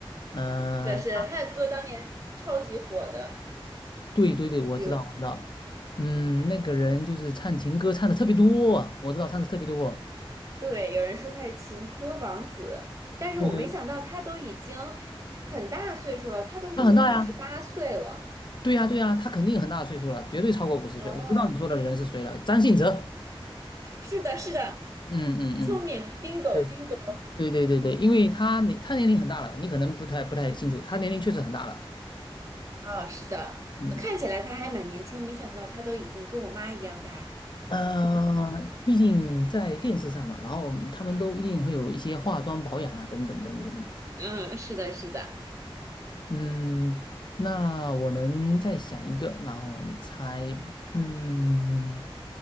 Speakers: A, on the left (about 55°); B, on the right (about 35°).
A: 呃。
B: 是的，是的，他的歌当年超级火的。
A: 对对对，我知道，
B: 比如，
A: 我知道。嗯，那个人就是唱情歌唱的特别多啊我知道唱的特别多。
B: 对，有人说他是情歌王子，但是我没想到他都已经
A: 对对，
B: 很大岁数了，他都已经五十八岁了。
A: 他很大呀，对呀对呀，他肯定很大的岁数了，绝对超过五十岁。
B: 哦，
A: 我知道你说的人是谁了，张信哲。
B: 是的，是的，
A: 嗯嗯嗯，
B: 聪明，bingo
A: 对
B: bingo。
A: 对对对对，因为他年他年龄很大了，你可能不太不太清楚，他年龄确实很大了。
B: 啊，是的，
A: 嗯，
B: 那看起来他还蛮年轻，没想到他都已经跟我妈一样大。
A: 呃，毕竟在电视上嘛，然后他们都一定会有一些化妆保养啊，等等等等等嘛。
B: 嗯，是的，是的。
A: 嗯，那我能再想一个，然后你猜，嗯，